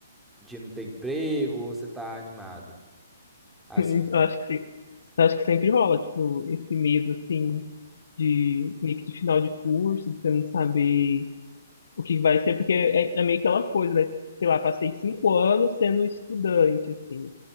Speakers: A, in the centre; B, on the left (about 70°).
A: de não ter emprego ou você tá animado? Assim,
B: <laughs> Eu acho que sim. Eu Acho que sempre rola, tipo, esse medo, assim, de meio que de final de curso, de você não saber o que vai ser, porque é, é meio que aquela coisa, né? tipo, Sei lá, passei cinco anos sendo estudante, assim,